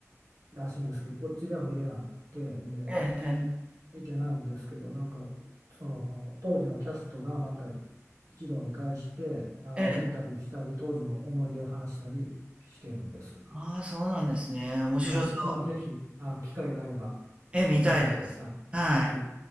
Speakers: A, on the right; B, on the right.
A: らしいんですけど、こっちでは見れなくて、んで、
B: ええええ、
A: 見てないんですけど、なんか、その当時のキャストがまた一堂に会して、あの、
B: ええ。
A: インタビューしたり、当時の思い出を話したりしてるんです。
B: ああ、そうなんですね。面白そう。
A: はい。まあ、ぜひ、あの、機会があれば
B: ええ、見たいです。
A: 見てみてください。
B: はい。
A: はい。